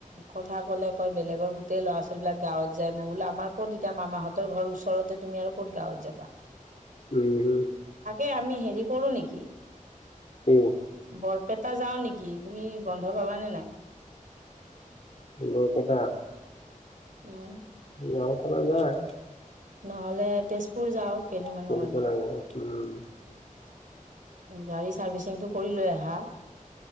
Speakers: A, on the right; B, on the left.
A: কথা ক'লে কয় বেলেগৰ গোটেই ল'ৰা ছোৱালীবিলাক গাঁৱত যায়৷ মই বোলো আমাৰ ক তিতা মামাহঁতৰ ঘৰ ওচৰতে তুমি আৰু ক'ত গাঁৱত যাবা?
B: উম৷
A: এ আমি হেৰি কৰো নেকি?
B: উম
A: বৰপেটা যাওঁ নেকি তুমি বন্ধ পাবানে নাই?
B: বৰপেটা?
A: উম
B: যাব পৰা যায়।
A: নহলে তেজপুৰ যাও কেইদিনমানৰ
B: সুধিব
A: কাৰণে।
B: লাগিব উম
A: গাড়ী চাৰ্ভিচিংটো কৰি লৈ আহা।